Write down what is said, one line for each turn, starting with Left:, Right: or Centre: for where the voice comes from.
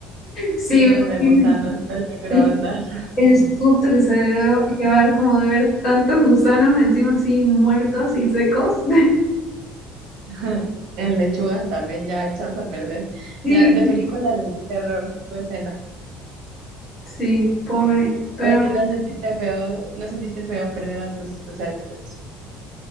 Left: Sí,
Right: Lleno
Left: me
Right: de
Left: imagino
Right: gusanos el microondas.
Left: el, el susto que se debió llevar como de ver tantos gusanos encima así muertos y secos. <laughs>
Right: <laughs> En lechugas también ya echadas a perder.
Left: Sí,
Right: Ya, de película de terror, tu escena.
Left: Sí, pobre. Pero
Right: Oye, ¿no sentiste feo, no sentiste feo perder a tus gusanitos?